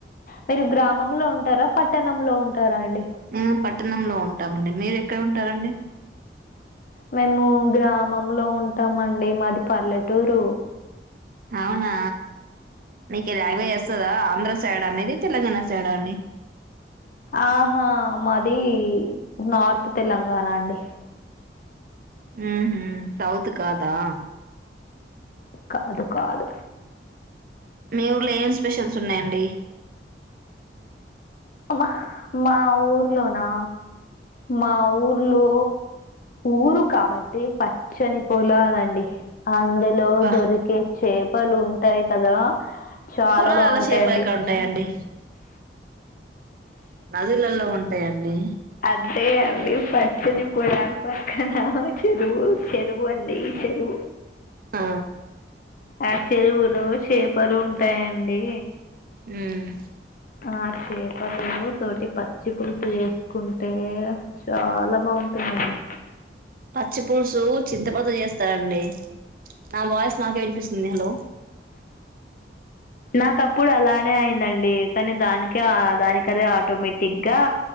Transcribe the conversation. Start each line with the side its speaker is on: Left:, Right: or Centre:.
Left: మీరు గ్రామంలో ఉంటారా పట్టణంలో ఉంటారా అయితే
Right: మ్మ్ పట్ పట్టనంలో ఉంటామండి మీరు ఎక్కడ ఉంటారండి
Left: మేము గ్రామంలో ఉంటామండి మాది పల్లెటూరు
Right: అవునా నీకు ఏ లాంగ్వేజ్ వస్తుందా ఆంధ్ర సైడ్ అనేది తెలంగాణ సైడ్ అండి
Left: ఆహా మాది నార్త్ తెలంగాణ అండి
Right: మ్మ్ సౌత్ కాదా
Left: కాదు కాదు
Right: మీ ఊర్లో ఏం స్పెషల్స్ ఉన్నాయండి
Left: మా మా ఊర్లోనా మా ఊర్లో ఊరు కాబట్టి పచ్చని పొలలాండి అందులో
Right: అబ్బా
Left: దొరికె చ్చే కప్పలు ఉంటాయి కదా చాలా
Right: పొలాలల్ల
Left: బావుంటాయండి.
Right: షేపల ఎక్కడ ఉంటాయండి నదులలో ఉంటాయండి
Left: అంతే అండి పచ్చని పొలాలు పక్కన చెరువు చెరువు అండి చెరువు
Right: ఆ
Left: ఆ చెరువులు చేపలు ఉంటాయండి
Right: మ్మ్
Left: ఆ చేపలు తోటి పచ్చి పులుసు చేసుకుంటే చాలా బాగుంటుదండి
Right: పచ్చి పులుసు చింతపతో చేస్తారండి నా వాయిస్ నాకే వినిపిస్తుంది హలో
Left: నాకప్పుడు అలానే అయిందండి కానీ దానికే ఆ దానీకదే ఆటోమేటిక్ గా